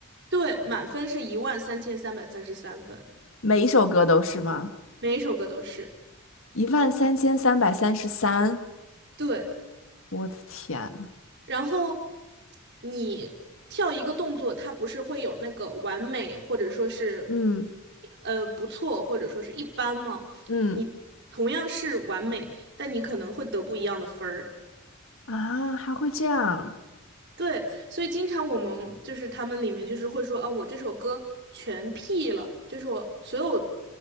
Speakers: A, on the right; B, on the left.
A: 对，满分是一万三千三百三十三分，
B: 每一首歌都是吗？
A: 每一首歌都是。
B: 一万三千三百三十三，
A: 对。
B: 我的天呐，
A: 然后你跳一个动作，它不是会有那个完美，或者说是
B: 嗯
A: 呃不错，或者说是一般吗？
B: 嗯
A: 你同样是完美，但你可能会得不一样的分儿。
B: 啊，还会这样，
A: 对，所以经常我们就是他们里面就是会说，啊，我这首歌全 P 了，就是我所有